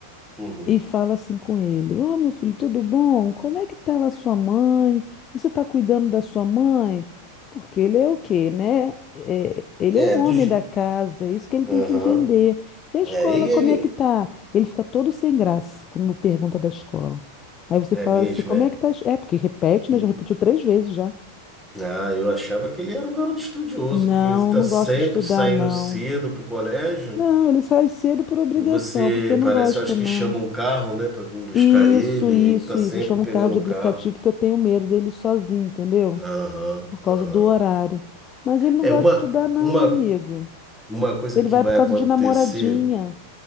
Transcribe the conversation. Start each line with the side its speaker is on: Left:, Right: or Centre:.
Centre: Uhum.
Left: e fala assim com ele: Ô meu filho, tudo bom? Como é que tá lá sua mãe? Você tá cuidando da sua mãe? Porque ele é o quê, né? É, ele
Centre: É,
Left: é um
Centre: do.
Left: homem
Centre: je-
Left: da casa, é isso que ele
Centre: Aham.
Left: tem que entender. E a escola,
Centre: É, e
Left: como
Centre: ele.
Left: é que tá? Ele fica todo sem graça quando pergunta da escola. Aí você
Centre: É
Left: fala
Centre: mesmo,
Left: assim: como
Centre: é.
Left: é que tá? a es- É, porque repete,
Centre: E-
Left: né? Já repetiu três vezes já.
Centre: Ah, eu achava que ele era um garoto estudioso,
Left: Não,
Centre: que está
Left: não
Centre: sempre
Left: gosto de estudar,
Centre: saindo
Left: não.
Centre: cedo pro colégio.
Left: Não, ele sai cedo por obrigação,
Centre: Você
Left: porque não
Centre: parece,
Left: gosta,
Centre: eu acho
Left: não.
Centre: que chama um carro, né, para vir buscar
Left: Isso,
Centre: ele.
Left: isso,
Centre: Ele tá
Left: isso.
Centre: sempre
Left: Eu chamo
Centre: pegando
Left: o carro de
Centre: um
Left: aplicativo
Centre: carro.
Left: porque eu tenho medo dele sozinho, entendeu?
Centre: Aham,
Left: Por causa
Centre: aham.
Left: do horário. Mas ele não
Centre: É
Left: gosta
Centre: uma,
Left: de estudar, não,
Centre: uma,
Left: amigo.
Centre: uma coisa
Left: Ele
Centre: que
Left: vai
Centre: vai
Left: por causa
Centre: acontecer.
Left: de namoradinha.